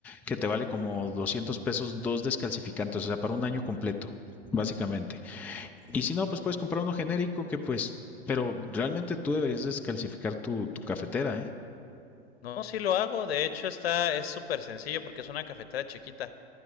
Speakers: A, in the centre; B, on the left (about 65°).
A: que te vale como 200 pesos dos descalcificantes, o sea, para un año completo, básicamente. Y si no, pues puedes comprar uno genérico que pues, pero realmente tú deberías descalcificar tu, tu cafetera, ¿eh?
B: No, sí lo hago. De hecho, está, es súper sencillo porque es una cafetera chiquita.